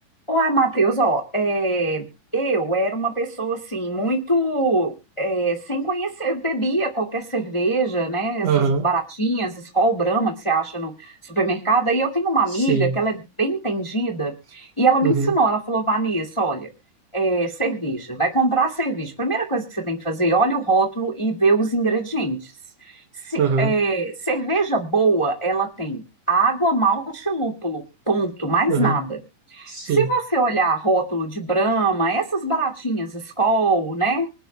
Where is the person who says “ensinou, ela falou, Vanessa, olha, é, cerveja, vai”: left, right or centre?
Left